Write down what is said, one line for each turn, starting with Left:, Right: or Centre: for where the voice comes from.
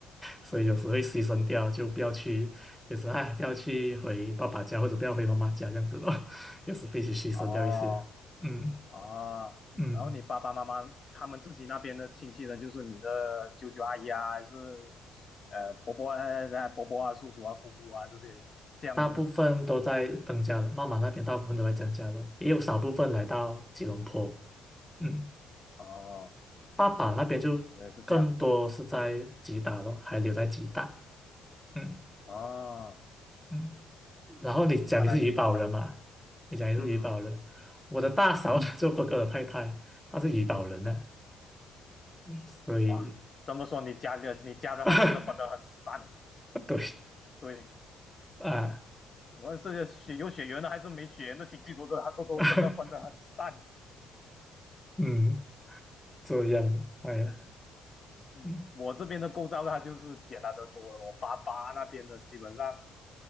Centre: 所以有时会牺牲掉，就不要去，有时哎，不要去回爸爸家或者不要回妈妈家这样子咯，<laughs> 有时必须牺牲掉一些。
Left: 哦
Centre: 嗯
Left: 哦，
Centre: 嗯，
Left: 然后你爸爸妈妈他们自己那边的亲戚呢，就是你的舅舅阿姨啊，还是呃伯伯呃呃伯伯啊、叔叔啊、姑姑啊这些这样的呢？
Centre: 大部分都在增加楼，妈妈那边大部分都在增加楼，也有少部分来到吉隆坡。嗯，
Left: 哦，
Centre: 爸爸那边就更多是在吉打咯，
Left: 呃是这样，嗯，
Centre: 还留在吉打。嗯
Left: 哦。
Centre: 嗯。然后你讲你是怡宝人嘛？
Left: 哇，看来你们，
Centre: 你讲你是怡宝人，
Left: 嗯嗯
Centre: 我的大嫂呢，
Left: 嗯，
Centre: <laughs> 做哥哥的太太，她是怡宝人呢、嗯所以
Left: 哇，怎么说你家人你家人还真的分得很散，
Centre: <laughs> 对
Left: 对，
Centre: 啊，
Left: 无论是血有血缘的还是没血缘的亲戚都都都都真的分得很散。
Centre: <laughs> 嗯，这样的，哎呀，
Left: 嗯我这边的构造它就是简单的多了，
Centre: 嗯
Left: 我爸爸那边的基本上